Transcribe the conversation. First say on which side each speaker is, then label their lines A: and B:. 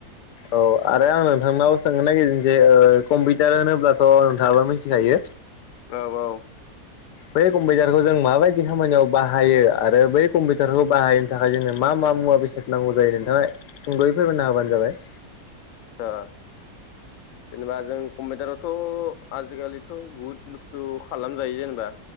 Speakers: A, on the left; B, on the left.
A: औ आरो आं नोंथांनाव सोंनो नागिरदोंसै ओ कम्पिउटार होनोब्लाथ' नोंथाङाबो मिथिखायो
B: औ औ
A: बै कम्पिउटारखौ जों माबायदि खामानियाव बाहायो आरो बै कम्पिउटारखौ बाहायनो थाखाय जोङो मा मा मुवा बेसाद नांगौ जायो नोंथाङा सुंदयै फोरमायना होबानो जाबाय
B: सा जेनेबा जों कम्पिउटारावथ' आजिखालिथ' बुहुद बुस्थु खालामजायो जेनेबा